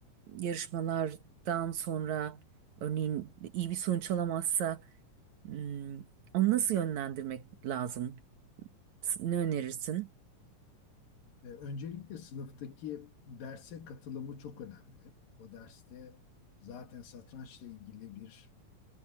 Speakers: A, on the right (about 60°); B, on the left (about 85°).
A: yarışmalardan sonra örneğin iyi bir sonuç alamazsa Hmm, onu nasıl yönlendirmek lazım? S- Ne önerirsin?
B: E, öncelikle sınıftaki derse katılımı çok önemli. O derste zaten satrançla ilgili bir